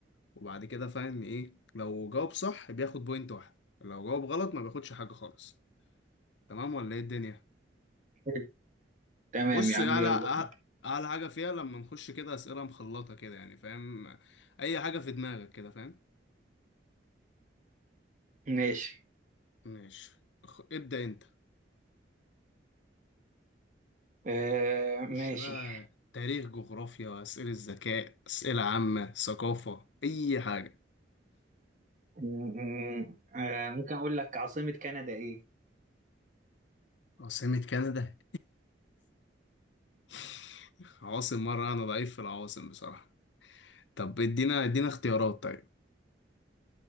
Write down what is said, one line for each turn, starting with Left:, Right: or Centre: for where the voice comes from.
Left: وبعد كده فاهم ايه لو جاوب صح بياخد بوينت واحدة لو جاوب غلط ما بياخدش حاجة خالص تمام ولا ايه الدنيا
Right: حلو. تمام
Left: بص
Right: يا عم
Left: اعلى
Right: يلا بينا
Left: اعلى حاجة فيها لما نخش كده اسئلة مخلطة كده يعني فاهم اي حاجة في دماغك كده فاهم
Right: ماشي
Left: ماشي خ- ابدأ انت
Right: آه ماشي
Left: خش بقى تاريخ جغرافيا أسئلة ذكاء أسئلة عامة ثقافة أي حاجة
Right: م- م- آه ممكن اقول لك عاصمة كندا ايه
Left: عاصمة كندا <laughs> عواصم مرة أنا ضعيف في العواصم بصراحة طب ادينا ادينا اختيارات طيب